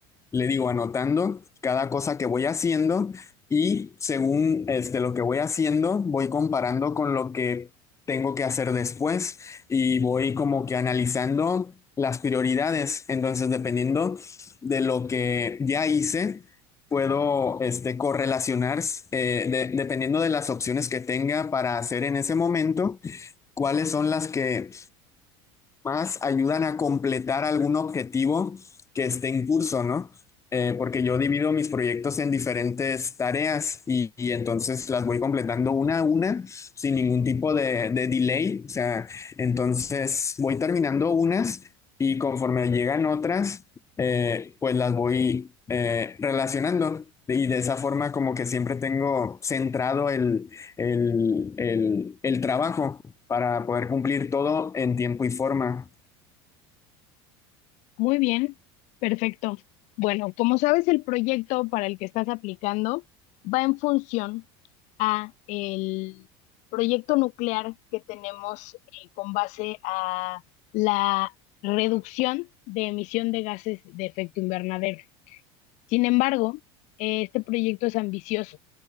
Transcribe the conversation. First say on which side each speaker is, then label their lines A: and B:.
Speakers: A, on the left (about 20°); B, on the left (about 65°).
A: le digo, anotando cada cosa que voy haciendo y según este, lo que voy haciendo, voy comparando con lo que tengo que hacer después y voy como que analizando las prioridades. Entonces, dependiendo de lo que ya hice puedo este, correlacionar eh, de- dependiendo de las opciones que tenga para hacer en ese momento, cuáles son las que más ayudan a completar algún objetivo que esté en curso, ¿no? Eh, porque yo divido mis proyectos en diferentes tareas y, y entonces las voy completando una a una sin ningún tipo de, de delay. O sea, entonces voy terminando unas y conforme llegan otras, eh, pues las voy eh, relacionando. Y de esa forma como que siempre tengo centrado el, el, el, el trabajo para poder cumplir todo en tiempo y forma.
B: Muy bien, perfecto. Bueno, como sabes, el proyecto para el que estás aplicando va en función a el proyecto nuclear que tenemos eh, con base a la reducción de emisión de gases de efecto invernadero. Sin embargo, eh, este proyecto es ambicioso